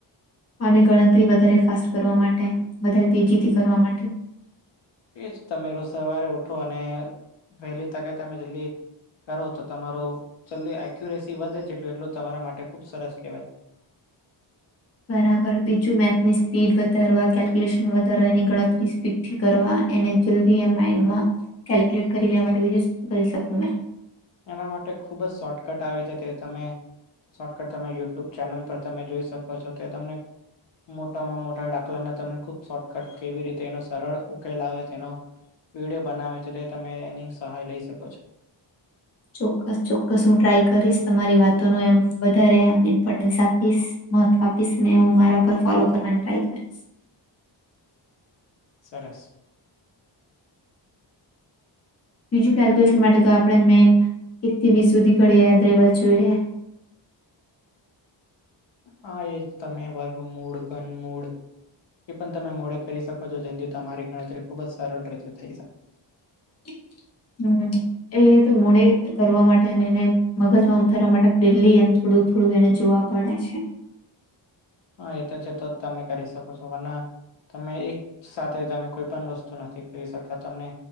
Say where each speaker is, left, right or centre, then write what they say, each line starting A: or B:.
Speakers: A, on the left; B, on the left.
A: અને ગણતરી વધારે ફાસ્ટ કરવા માટે વધારે તેજીથી કરવા માટે
B: એજ તમે રોજ સવારે ઉઠો અને વહેલી તકે તમે જલ્દી કરો તો તમારો જલ્દી એક્યુરેસી વધે જેટલું એટલું તમારા માટે ખુબ સરસ કહેવાય
A: <inaudible> બરાબર બીજું મેથની સ્પીડ વધારવા કેલ્ક્યુલેશન વધારવા એની ગણતરી સ્પીડથી કરવા એને જલ્દી એમ માઈન્ડમાં કેલ્ક્યુલેટ કરી લેવા માટે બીજું શું કરી શકું મેં
B: એના માટે ખૂબ જ શોર્ટકટ આવે છે તે તમે શોર્ટકટ તમે યુટ્યુબ ચેનલ પર તમે જોઈ શકો છો તે તમને મોટામાં મોટા દાખલાને તમને ખૂબ શોર્ટકટ કેવી રીતે એનો સરળ ઉકેલ આવે તેનો વિડિયો બનાવે છે તે તમે એની સહાય લઈ શકો છો
A: ચોક્કસ ચોક્કસ હું ટ્રાય કરીશ તમારી વાતોનું એમ વધારે ઇમ્પોર્ટન્સ આપીશ મહત્વ આપીશને હું મારા પર ફોલો કરવાની ટ્રાય કરીશ
B: સરસ
A: હ બીજું કેલ્ક્યુલેશન માટે તો આપડણે મેન એક થી વીસ સુધી ઘડિયા યાદ રહેવા જોઈએ <inaudible>
B: હા એજ તમે વર્ગ મૂળ ઘન મૂડ એ પણ તમે મોડે કરી શકો છો જેથી તમારી ગણતરી ખૂબ જ સરળ રીતે થઈ જ
A: <inaudible> હમ એ મોડી કરવા માટે અને એને મગજમાં ઉતારવા માટે ડેલી એમ છોડ વધડું થોડું એને જોવા પડે છે
B: હા એ તો છે તો જ તમે કરી શકો છો વ ના તમે એક સાથે તમે કોઈ પણ વસ્તુ નથી કરી શકતા તમને